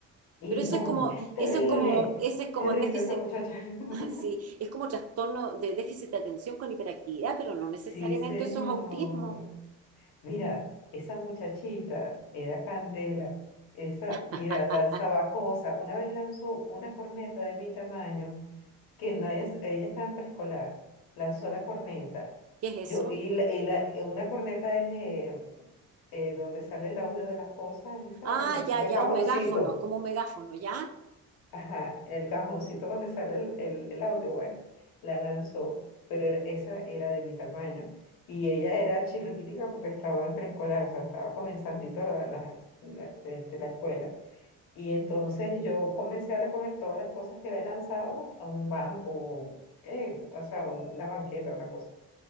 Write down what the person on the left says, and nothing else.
y
no,
terrible,
terrible
esa muchacha. <laughs>
Sí, señor.
Mira, esa muchachita era candela. Esa,
mira, lanzaba cosas. Una vez lanzó una corneta de mi tamaño, que nadie, s- ella estaba en preescolar. Lanzó la corneta.
Yo,
y, la, y la- una corneta es eh, eh, donde sale el audio de las cosas, Isabel,
el
cajoncito,
ajá, el cajoncito donde sale el, el- el audio, bueno, la lanzó, pero era- esa era de mi tamaño. Y ella era chirriquitica porque estaba en preescolar, o sea, estaba comenzandito la, la, la- este, la escuela. Y entonces yo comencé a recoger todas las cosas que había lanzado a un banco, eh, o sea, una banqueta, una cosa.